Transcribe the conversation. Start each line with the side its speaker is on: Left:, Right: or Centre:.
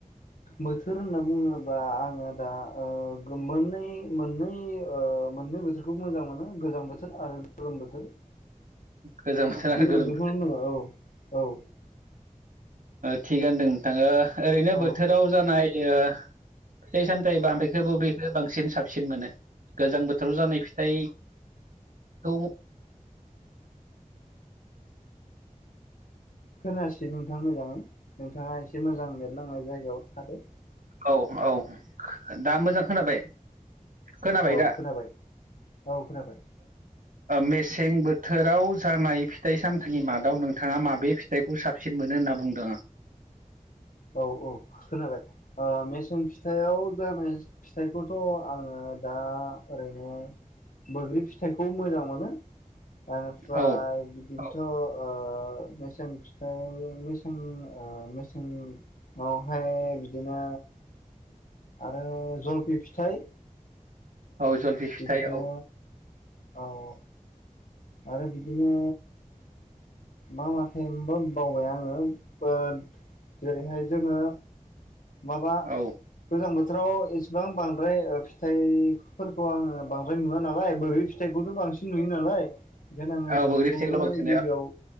Left: बोथोर होनना बुङोबा आङो दा मोननै मोननै ओ मोननै बोथोरखौ मोजां मोनो गोजां बोथोर आरो गोलोम बोथोर
Right: गोजां बोथोर आरो
Left: बे
Right: गोलोम
Left: मोनैखौनो <unintelligible> औ औ
Right: थिगानोदों नोंथां ओ ओरैनो
Left: औ
Right: बोथोराव जानाय ओ फिथाइ-सामथाइ माबेखौ बबेखौ बांसिन साबसिन मोनो गोजां बोथोराव जानाय फिथाइखौ
Left: खोनासै नोंथां मोजा नोंथाङा एसे मोजां नेट नांनाय जायगायाव थादो
Right: औ औ दा मोजां खोनाबाय खोनाबाय
Left: औ
Right: दा
Left: खोनाबाय औ खोनाबाय
Right: मेसें बोथोराव जानाय फिथाइ सामथाइनि मादाव नोंथाङा माबे फिथाइखौ साबसिन मोनो होनना बुंदों आं
Left: औ औ खोनाबाय मेसें फिथाइयाव जानाय फिथाइखौथ' आङो दा ओरैनो बैग्रि फिथाइखौ मोजां मोनो ओमफ्राय
Right: औ
Left: बिदिनोथ'
Right: औ
Left: मेसें फिथाइ मेसें ओ मेसें हाय बिदिनो ओ जलफि फिथाइ
Right: औ जलफि फिथाइ
Left: बिदिनो
Right: औ
Left: औ औ आरो बिदिनो मा मा थाइबो बावबाय आङो जेरैहाय जोङो माबा
Right: औ
Left: गोजां बोथोराव इसिबां बांद्राय फिथाइ फोरखौ आङो बांद्राय नुवा नालाय बैग्रि फिथाइखौथ' बांसिन नुयो नालाय ओंखायनो आङो
Right: औ
Left: बैग्रिखौनो
Right: बैग्रि फिथाइखौल' बांसिन
Left: गिबियाव